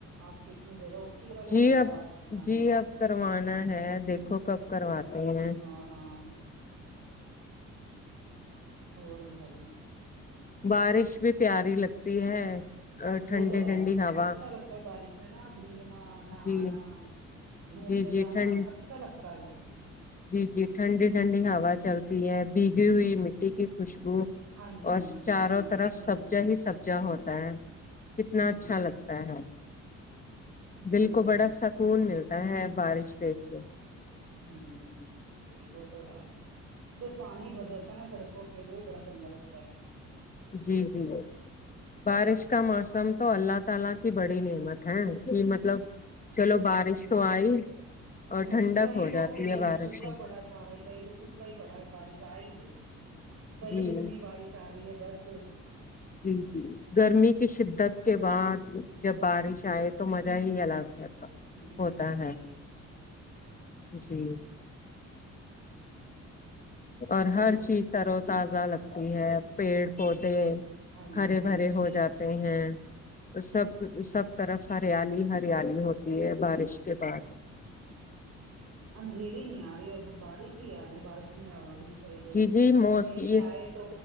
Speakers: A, on the right; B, on the left.
A: آپ کی اپنی جگہ اونچی کرا لے
B: جی
A: برانڈا
B: اب
A: آپ کا برانڈا
B: جی اب کروانا ہے دیکھو کب کرواتے ہیں
A: ہاں ہاں اور بتائیے
B: بارش بھی پیاری لگتی ہے ٹھنڈی
A: وہ تو ہے
B: ٹھنڈی ہوا
A: اچھا لگتا ہے بارش میں نا بھیگنا، نہانا
B: جی
A: گھومنے
B: جی جی
A: جانا
B: ٹھنڈ
A: اچھا لگتا ہے وہ
B: جی جی ٹھنڈی ٹھنڈی ہوا چلتی ہے بھیگی ہوئی مٹی کی خوشبو
A: ہاں جی
B: اور
A: ہاں
B: س
A: جی
B: چاروں
A: یہ
B: طرف
A: جی
B: سبجا
A: جی
B: ہی
A: جی
B: سب جا ہوتا ہے کتنا
A: جی
B: اچھا لگتا ہے
A: جی
B: دل کو
A: جی
B: بڑا سک خون ملتا ہے بارش دیکھ کے
A: ہ ہ جی وہ تو ہے جب پانی بھر جاتا ہے نا سڑکوں پہ وہ بڑا گندا لگتا ہے
B: جی جی بارش
A: جی
B: کا موسم تو اللہ تعالی کی بڑی نعمت ہے کہ مطلب چلو بارش تو آئی اور
A: ہوں
B: ٹھنڈک
A: کہیں
B: ہو
A: تو
B: جاتی
A: ا بھی
B: ہے بارش
A: سوکھا
B: میں
A: پڑا سارا ہی کہیں تو سوکھا ہی پڑا بارش آ ہی نہیں رہی کہیں
B: جی
A: اتنی بارش آ رہی ہے بس
B: جی جی گرمی کی شدت کے بعد جب بارش آئے تو مزہ ہی الگ ہے
A: جی
B: ہوتا
A: جی
B: ہے
A: جی
B: جی اور ہر
A: او
B: چیز تر و تازہ لگتی ہے پیڑ پودے
A: ہاں
B: ہرے
A: جی
B: بھرے
A: جی
B: ہو
A: جی
B: جاتے ہیں سب سب طرف ہریالی ہریالی ہوتی ہے بارش کے بعد
A: اندھیری نہیں آ رہی اب بارش ہی آ رہی ہے بارش میں ہوا بھی نہیں چل رہی
B: جی جی موس
A: اندھیری
B: یہ
A: آئے تو